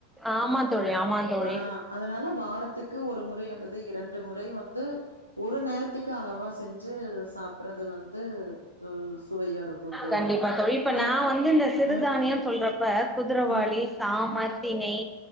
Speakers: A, in the centre; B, on the left.
A: ஆமா தோழி ஆமா தோழி
B: அ அதுனால வாரத்துக்கு ஒரு முறை அல்லது இரண்டு முறை வந்து ஒரு நேரத்துக்கு அளவா செ ஞ்சு சாப்பற்றது வந்து அ சுவையா இருக்கு தோழி
A: கண்டிப்பா தோழி நா
B: ஏன்னா
A: வந்து இந்த சிறுதானியம்
B: ம்
A: சொல்றப்ப குதுரவாளி
B: ம்
A: சாம தினை